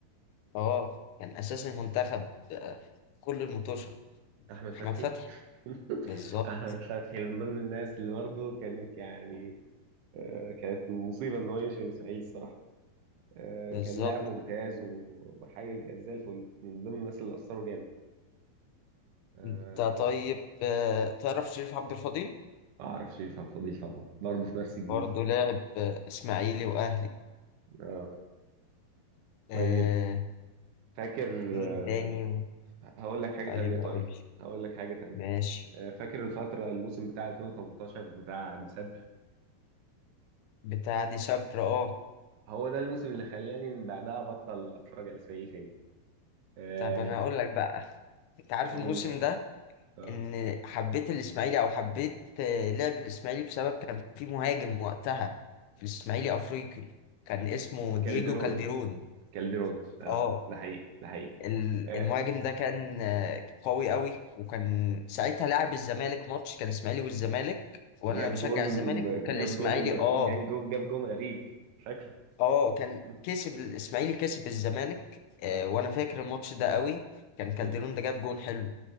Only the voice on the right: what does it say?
احمد
فتحي
<laughs>
احمد فتحي من ضمن الناس اللي برضه كانت يعني آه، كانت مصيبة إن هو يمشي من الإسماعيلي الصراحة آه،
كان لاعب ممتاز و- وحاجة كانت زي الفل من ضمن الناس اللي أثروا جامد آه،
ما أعرفش يفهم فضيل طبعا برضه في نفس الجيل
آه. طيب
فاكر
آه،
هقول لك حاجة
تانية
طيب هقول لك حاجة تانية
آه، فاكر الفترة الموسم بتاع 2018 بتاع ديسمبر
هو ده الموسم اللي خلاني من بعدها أبطل أتفرج على الإسماعيلي تاني آه،
قول
آه.
كالدرون
كالدرون اه
ده حقيقي ده حقيقي
آه،
جاب
جون
جاب
جون
جاب جون جاب جون غريب فاكره
<laughs>
اه
مم.